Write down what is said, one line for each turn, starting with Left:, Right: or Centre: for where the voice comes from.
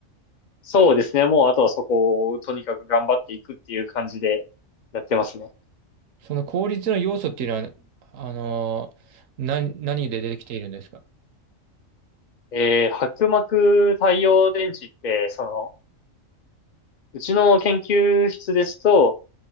Left: そうですね。もうあとはそこをとにかく頑張っていくっていう感じでやってますね。
Right: その効率の要素っていうのは、あのー、な、何で出てきているんですか
Left: えー、薄膜太陽電池って、その、うちの研究室ですと、